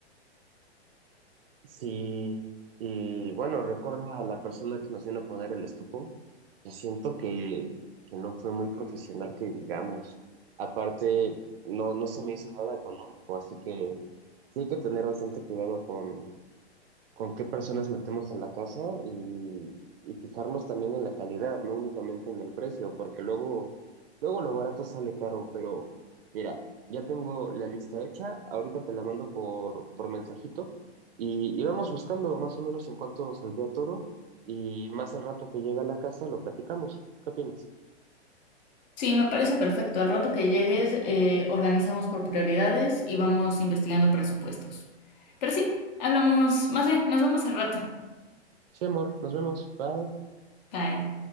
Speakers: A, on the right (about 60°); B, on the left (about 40°).
A: Sí, y bueno, recuerda a la persona que nos vino a poner el estuco. Yo siento que, que no fue muy profesional, que digamos. Aparte, no, no se me hizo nada económico, así que sí hay que tener bastante cuidado con, con qué personas metemos a la casa y, y fijarnos también en la calidad, no únicamente en el precio, porque luego, luego lo barato sale caro, pero mira, ya tengo la lista hecha, ahorita te la mando por, por mensajito y, y vamos buscando más o menos en cuánto saldría todo y más al rato que llega a la casa lo platicamos. ¿Qué opinas?
B: Sí, me parece perfecto. Al rato que llegues, eh, organizamos por prioridades y vamos investigando presupuestos. Pero sí, hablamos, más bien, nos vemos al rato.
A: Sí, amor, nos vemos, bye.
B: Bye.